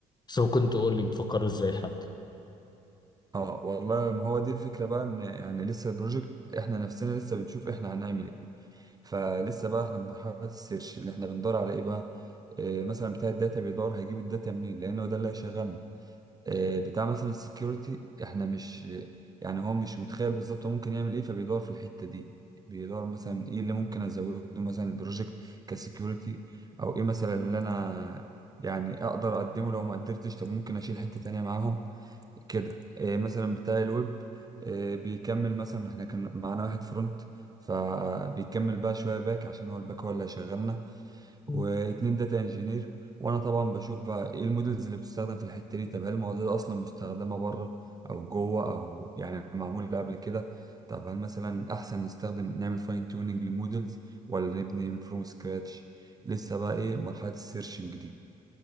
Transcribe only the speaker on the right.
اه والله ما هو دي الفكرة بقى ان يعني لسه البروجكت احنا نفسنا لسه بنشوف احنا هنعمل ايه فلسه بقى احنا في مرحلة السيرش اللي احنا بندور على ايه بقى آه مثلا بتاع الداتا بيدور هيجيب الداتا منين لانه ده اللي هيشغلنا آه بتاع مثلا السكيورتي احنا مش يعني هو مش متخيل بالظبط هو ممكن يعمل ايه فبيدور في الحتة دي بيدور مثلا ايه اللي ممكن ازوده مثلا البروجكت كسكيورتي او ايه مثلا اللي انا يعني اقدر اقدمه لو ما قدرتش طب ممكن اشيل حتة تانية معاهم كده إيه مثلا بتاع الويب إيه بيكمل مثلا احنا كان معانا واحد فرونت فبيكمل بقى شويه باك عشان هو الباك هو اللي هيشغلنا واتنين
داتا انجينير وانا طبعا بشوف بقى ايه المودلز اللي بتستخدم في الحته دي طب هل المواضيع دي اصلا مستخدمه بره او جوه او يعني معموله قبل كده طب هل مثلا احسن نستخدم نعمل فاين تيوننج للمودلز ولا نبني فروم سكراتش لسه بقى ايه مرحله السيرشنج دي